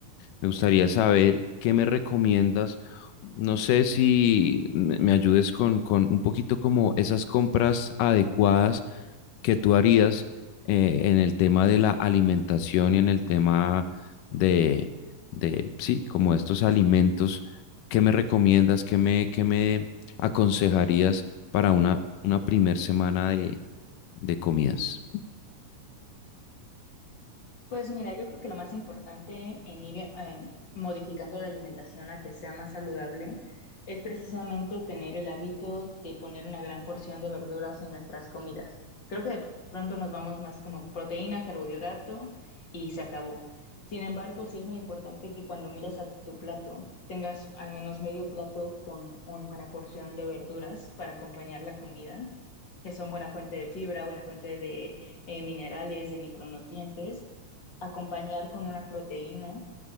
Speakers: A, on the left; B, on the left.
A: me gustaría saber qué me recomiendas. No sé si me me ayudes con, con un poquito como esas compras adecuadas que tú harías eh, en el tema de la alimentación y en el tema de, de, sí, como estos alimentos. ¿Qué me recomiendas? ¿Qué me, qué me aconsejarías para una, una primer semana de, de comidas?
B: Pues mira, yo creo que lo más importante en ir em, modificando la alimentación a que sea más saludable es precisamente tener el hábito de poner una gran porción de verduras en nuestras comidas. Creo que de pronto nos vamos más como proteína, carbohidrato y se acabó. Sin embargo, sí es muy importante que cuando miras a tu plato tengas al menos medio plato con una buena porción de verduras para acompañar la comida, que son buena fuente de fibra, buena fuente de eh, minerales, de micronutrientes acompañar con una proteína.